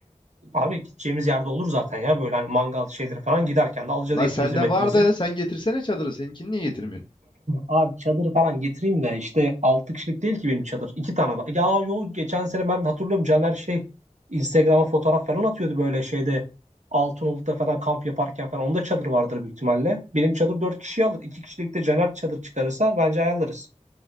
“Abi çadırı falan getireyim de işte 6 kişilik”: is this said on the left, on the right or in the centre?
Right